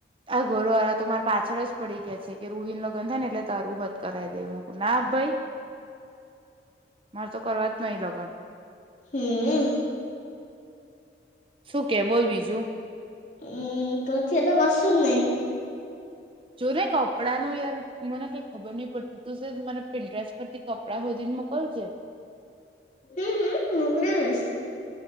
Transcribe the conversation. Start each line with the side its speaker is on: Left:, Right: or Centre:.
Right: આ ઘરોવાળા તો મારે પાછળ જ પડી ગયા છે કે રુહીનું લગન થાય ને એટલે તારું હોત કરાવી દેવાનું ના ભાઈ મારે તો કરવા જ નહીિ લગન
Left: હમ
Right: શું કે બોલ બીજું
Left: હમ તોછ તો બસું નહી
Right: જો ને કપડાં નું યાર મને કઈ ખબર નહી પડતી તું પ્લીઝ મને પ્રિન્ટ્રસ પરથી કપડા હોધી ને મોકલજે
Left: હમ હમ મોકલી દઇશ